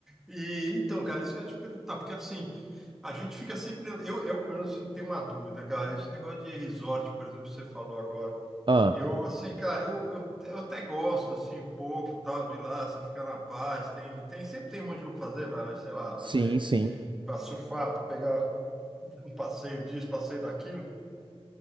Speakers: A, in the centre; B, on the right.
A: E então, cara, isso que eu ia te perguntar, porque assim, a gente fica sempre. Eu, eu pelo menos, assim, tenho uma dúvida, cara. Esse negócio de resort, por exemplo, que você falou agora.
B: Ah,
A: Eu, assim, cara, eu, eu, eu até gosto, assim, um pouco, e tal, de ir lá, você fica na paz, tem, tem, sempre tem muito o que fazer, vai, sei lá,
B: sim,
A: fazer,
B: sim.
A: para surfar, para pegar um passeio disso, passeio daquilo.